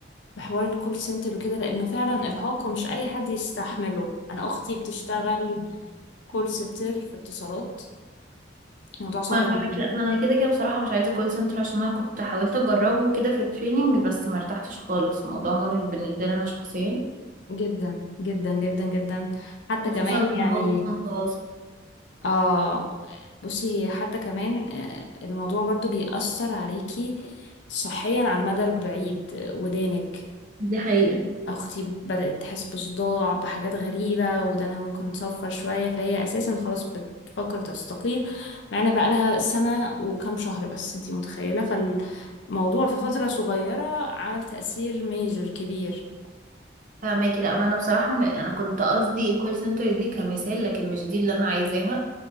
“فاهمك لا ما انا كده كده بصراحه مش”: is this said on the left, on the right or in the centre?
Right